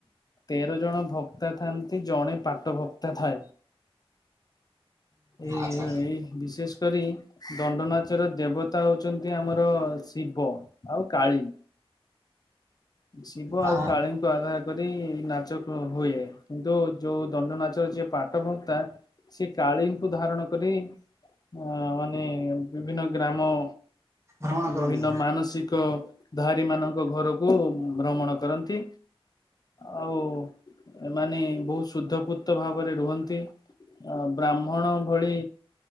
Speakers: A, on the left; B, on the right.
A: ତେର ଜଣ ଭକ କ୍ତା ଥାନ୍ତି ଜଣେ ପାଟ ଭକ୍ତା ଥାଏ। ଏ
B: ଆଚ୍ଛା
A: ଏଇ ବିଶେଷ କରି ଦଣ୍ଡନାଚର ଦେବତା ହୋଉଚନ୍ତି ଆମର ଶିବ ଆଉ କାଳୀ। ଶିବ
B: ଆ
A: ଆଉ କାଳୀ ଙ୍କୁ ଆଧାର କରି ନାଚ ହୁଏ, କିନ୍ତୁ ଯୋଉ ଦଣ୍ଡ ନାଚରେ ଯିଏ <unintelligible> ସେ କାଳୀଙ୍କୁ ଧାରଣ କରି ଅ ମାନେ ବିଭିନ୍ନ ଗ୍ରାମ
B: ଭ୍ରମଣ
A: ବିଭିନ୍ନ
B: କରନ୍ତି
A: ମାନସିକ ଧାରୀ ମାନଙ୍କ ଘରକୁ ଭ୍ରମଣ କରନ୍ତି। ଆଉ ଏମାନେ ବହୁତ ଶୁଦ୍ଧପୁତ ଭାବରେ ରୁହନ୍ତି। ଅ ବ୍ରାହ୍ମଣ ଭଳି